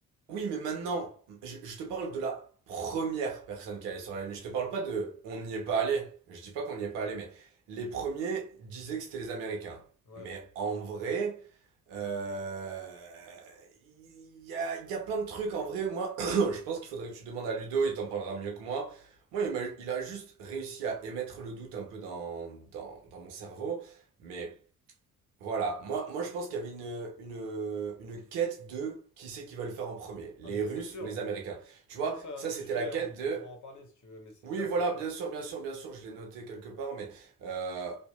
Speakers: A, on the right; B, on the left.
A: Oui, mais maintenant, je, je te parle de la première personne qui est allée sur la Lune. Je te parle pas de on n'y est pas allé. Je dis pas qu'on n'y est pas allé, mais les premiers disaient que c'était les Américains.
B: Ouais.
A: Mais en vrai, euh, il y a, il y a plein de trucs. En vrai, moi, <coughs> <clears throat> je pense qu'il faudrait que tu demandes à Ludo, il t'en parlera mieux que moi. Moi, il m'a- il a, juste réussi à émettre le doute un peu dans, dans, dans mon cerveau. Mais voilà, moi, moi je pense qu'il y avait une, une, une quête de qui c'est qui va le faire en premier, les
B: Ah, mais ça,
A: Russes
B: c'est sûr.
A: ou les Américains. Tu
B: Mais
A: vois,
B: ça, c'est un
A: ça
B: autre
A: c'était
B: sujet,
A: la quête
B: on,
A: de
B: on pourra en parler si tu veux, mais c'est
A: oui,
B: clair,
A: voilà,
B: c'est sûr.
A: bien sûr, bien sûr, bien sûr, je l'ai noté quelque part, mais euh,